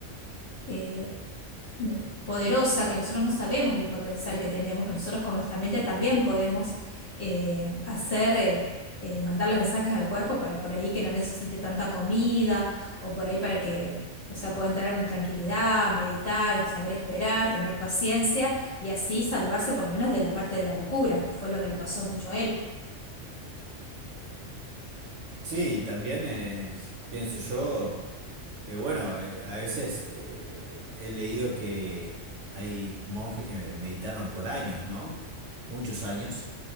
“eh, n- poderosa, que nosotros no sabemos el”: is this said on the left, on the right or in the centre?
Left